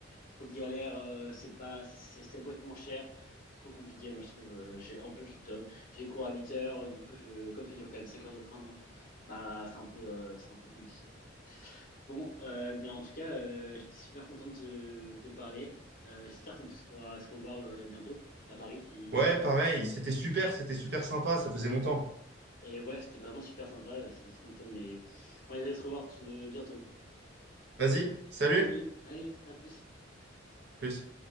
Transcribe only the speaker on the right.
Ouais,
pareil,
c'était super, c'était super sympa, ça faisait longtemps.
Vas-y, salut,
à plus.